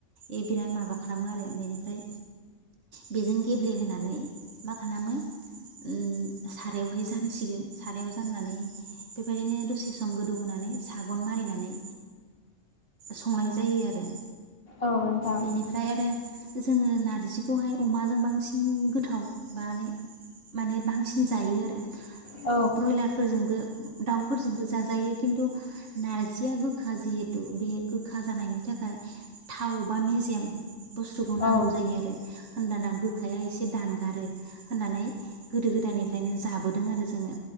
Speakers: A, on the right; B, on the left.
A: ए बिराद माबा खालामो आरो बेनिफ्राय बेजों गेब ब्लेहोनानै मा खालामो ओ सारायावहाय जानसिगोन सारायाव जाननानै बेबायदिनो दसे सम गोदौहोनानै सागन मारिनानै संनाय जायो आरो।
B: औ नोंथां।
A: बेनिफ्राय आरो जोङो नारजिखौहाय अमाजों बांसिन गोथाव बाने माने बांसिन जायो आरो।
B: औ
A: ब्रयलारफोरजोंबो दाउफोरजोंबो जाजायो खिन्थु नारजिया गोखा जिहेथु। बे गोखा जानायनि थाखाय थाव बा मेजेम बुस्थुखौ
B: औ
A: नांगौ जायो आरो। होमबाना गोखाया एसे दानगारो होननानै गोदो गोदायनिफ्रायनो जाबोदों आरो जोङो।